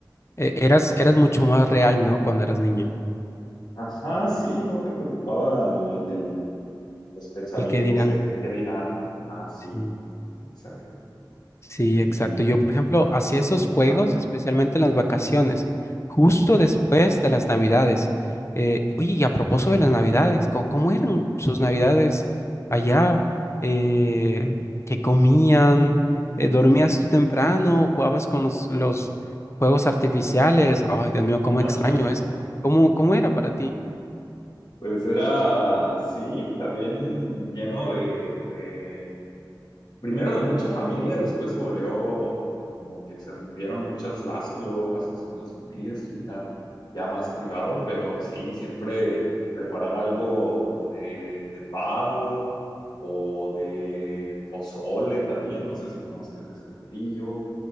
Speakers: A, on the left (about 35°); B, on the left (about 60°).
A: e- eras, eras mucho más real, ¿no? Cuando eras niño.
B: Ajá, sí, no te preocupaba el, el- los pensamientos
A: El que dirán.
B: de qué dirán. Ah, sí,
A: Sí.
B: exacto.
A: Sí, exacto.
B: Y,
A: Yo, por ejemplo, hacía esos juegos,
B: ajá,
A: especialmente en las vacaciones,
B: sí.
A: justo
B: ujú,
A: después de las Navidades. Eh, oye, y
B: ajá.
A: a propósito de las Navidades, ¿cómo, cómo eran sus Navidades allá? Eh, ¿qué comían? Eh, ¿dormías tú temprano? ¿Jugabas con los, los juegos artificiales? Ay, Dios mío,
B: <laughs>
A: cómo extraño eso. ¿Cómo, cómo era para ti?
B: Pues era, sí, también lleno de, de Primero de mucha familia, después se volvió como que se rompieron muchos lazos, luego pasa eso en las familias y era ya más privado, pero sí, siempre preparar algo de, de pavo o de pozole también, no sé si conozcas ese platillo,